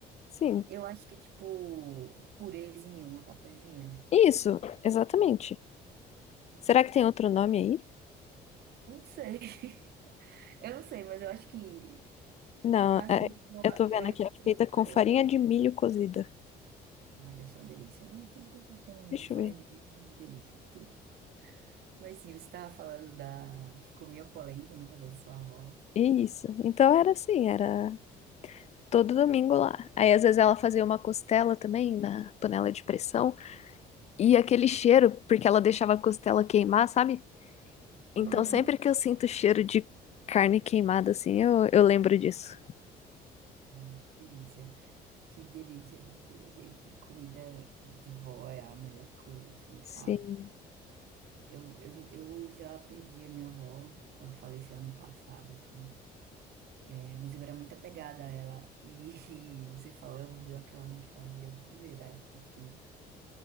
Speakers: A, on the left (about 40°); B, on the right (about 70°).
A: Sim.
B: Eu acho que é tipo purezinho, uma papazinha.
A: Isso, exatamente. Será que tem outro nome aí?
B: Eu não sei. <laughs> Eu não sei, mas eu acho que
A: Não,
B: Mais
A: é-
B: ou menos,
A: eu tô
B: eu
A: vendo
B: eu acho
A: aqui,
B: que
A: é
B: esse
A: feita
B: é o
A: com
B: farelo.
A: farinha de milho cozida.
B: Mas deve ser uma delícia. Tudo com, com com
A: Deixa
B: farinha
A: eu ver.
B: de milho, é uma delícia, tudo. Mas sim, você estava falando da que comia polenta na casa da sua avó.
A: Isso. Então era assim, era todo domingo lá. Aí às vezes ela fazia uma costela também na panela de pressão.
B: Uhum.
A: E aquele cheiro, porque ela deixava a costela queimar, sabe? Então
B: Uhum.
A: sempre que eu sinto cheiro de carne queimada assim, eu, eu lembro disso.
B: Ah, que delícia. Que delícia, meu Deus. E, e comida de vó é a melhor coisa, assim, sabe?
A: Sim,
B: Eu, eu, eu já perdi a minha avó. Ela faleceu ano passado, assim. É, mas eu era muito apegada a ela. E, <laughs> você falando deu aquela nostalgia de verdade, porque.